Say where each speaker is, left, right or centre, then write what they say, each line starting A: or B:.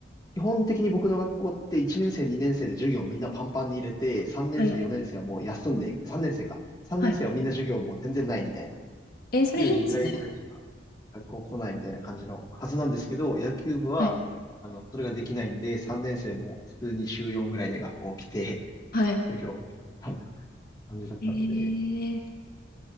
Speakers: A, on the left; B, on the left.
A: 基本的に僕の学校って1年生、2年生で授業みんなパンパンに入れて、3年生、
B: はい、
A: 4年生はもう休んでいく、3年生か。3年生はみんな授業もう全然ないみたいな。
B: はい。えーそれいいですね。
A: 週2回ぐらいしか学校来ないみたいな感じのはずなんですけど、野球部は、
B: はい。
A: あの、それができないんで、3年生も普通に週4ぐらいで学校来て、
B: はい。
A: 授業を受けるみたいな感じだったので、
B: えー、